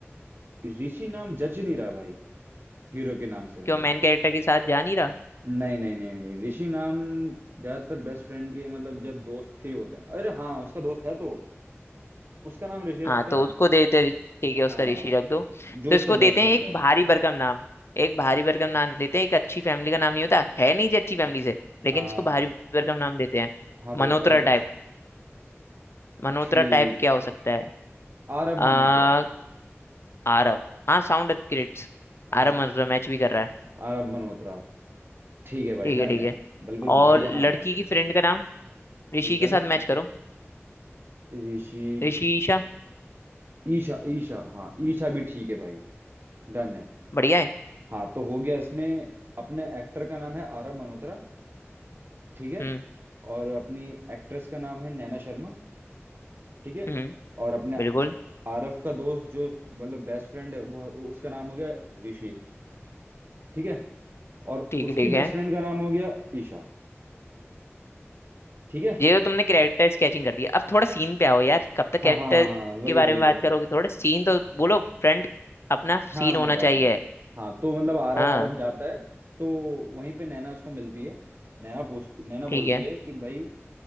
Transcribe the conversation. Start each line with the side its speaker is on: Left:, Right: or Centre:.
Right: ऋषि नाम जच नहीं रहा भाई हीरो के नाम से मेरे
Left: क्यों
Right: को।
Left: मेन कैरेक्टर के साथ जा नहीं रहा
Right: नहीं नहीं नहीं नहीं ऋषि नाम ज्यादातर बेस्ट फ्रेंड के मतलब जब दोस्त के ही होते हैं अरे हाँ उसका दोस्त है तो उसका नाम ऋषि रखते
Left: हाँ तो
Right: हैं
Left: उसको देते रि- ठीक है उसका
Right: हाँ
Left: ऋषि रख दो
Right: जो
Left: तो इसको
Right: उसका बेस्ट
Left: देते
Right: फ्रेंड
Left: हैं एक
Right: है
Left: भारी भरकम नाम एक भारी भरकम नाम देते हैं एक अच्छी फैमिली का नाम नहीं होता है नहीं जी अच्छी फैमिली से लेकिन
Right: हाँ
Left: इसको भारी भरकम नाम देते हैं
Right: हाँ तो
Left: मनोतरा
Right: बताओ कुछ
Left: टाइप मनोतरा
Right: ठीक
Left: टाइप क्या हो
Right: है
Left: सकता है
Right: आरब
Left: आ,
Right: मल्होत्रा
Left: आरव हाँ साउंड अपग्रेड्स
Right: हाँ
Left: आरव मनोतरा मैच भी कर रहा है
Right: आरब मल्होत्रा ठीक है भाई
Left: ठीक है
Right: डन
Left: ठीक
Right: है
Left: है
Right: बिल्कुल
Left: और
Right: बढ़िया
Left: लड़की
Right: नाम है
Left: की फ्रेंड का नाम ऋषि
Right: लड़की
Left: के साथ मैच करो
Right: ऋषि
Left: ऋषिशा
Right: ईशा ईशा हाँ ईशा भी ठीक है भाई डन है
Left: बढ़िया है
Right: हाँ तो हो गया इसमें अपने एक्टर का नाम है आरव मल्होत्रा ठीक है
Left: हम्म
Right: और अपनी एक्ट्रेस का नाम है नैना शर्मा ठीक है
Left: हम्म
Right: और अपने
Left: बिल्कुल
Right: आरव का दोस्त जो मतलब बेस्ट फ्रेंड है वो वो- उसका नाम हो गया ऋषि ठीक है और
Left: ठीक
Right: उसकी
Left: है ठीक
Right: बेस्ट
Left: है
Right: फ्रेंड का नाम हो गया ईशा ठीक है
Left: ये तो तुमने कैरेक्टर स्केचिंग कर दिया अब थोड़ा सीन पे आओ यार कब तक कैरेक्टर
Right: हाँ हाँ हाँ हाँ, वही
Left: के बारे
Right: वही
Left: में
Right: वही
Left: बात करोगे थोड़ा सीन तो बोलो फ्रंट अपना
Right: हाँ
Left: सीन होना
Right: मैं बताता
Left: चाहिए
Right: हूँ हाँ तो मतलब आरव
Left: हाँ
Right: आरव जाता है तो वहीं पे नैना उसको मिलती है नैना पूछती नैना बोलती
Left: ठीक है
Right: है कि भाई